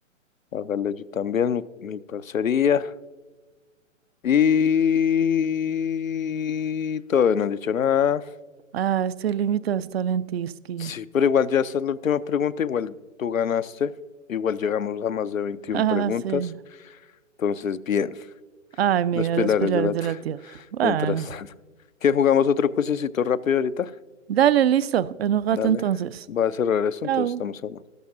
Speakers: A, on the left; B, on the right.
A: Hágale yo también mi, mi parcería. Y todavía no he dicho nada.
B: Ah, este límite está en Tisky.
A: Sí, pero igual ya esta es la última pregunta. Igual tú ganaste. Igual llegamos a más de 21
B: <laughs>
A: preguntas.
B: Ah, sí.
A: Entonces, bien,
B: Ay, mira,
A: los pilares
B: los pilares
A: de la
B: de
A: tierra.
B: la tierra. Bueno,
A: Mientras tanto, <laughs> ¿qué jugamos otro cuesecito rápido ahorita?
B: dale, listo. En un rato
A: Dale,
B: entonces.
A: voy a cerrar eso,
B: Chao.
A: entonces estamos hablando.